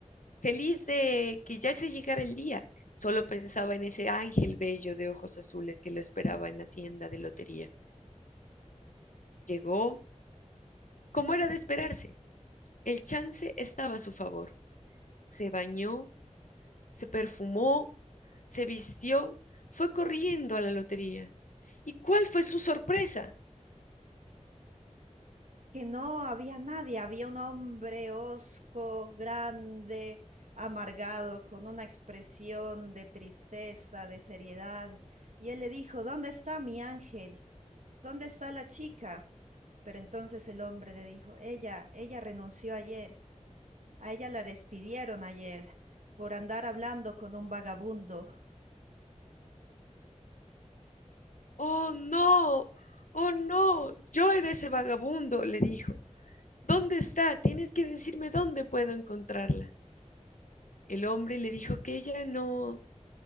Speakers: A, on the left (about 85°); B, on the right (about 75°).
A: feliz de que ya se llegara el día. Solo pensaba en ese ángel bello de ojos azules que lo esperaba en la tienda de lotería. Llegó, como era de esperarse. El chance estaba a su favor. Se bañó, se perfumó, se vistió, fue corriendo a la lotería. ¿Y cuál fue su sorpresa?
B: que no había nadie, había un hombre hosco, grande, amargado, con una expresión de tristeza, de seriedad, y él le dijo, ¿Dónde está mi ángel? ¿Dónde está la chica? Pero entonces el hombre le dijo, ella, ella renunció ayer, a ella la despidieron ayer por andar hablando con un vagabundo.
A: Oh, no, oh, no, yo era ese vagabundo, le dijo. ¿Dónde está? Tienes que decirme dónde puedo encontrarla. El hombre le dijo que ella no,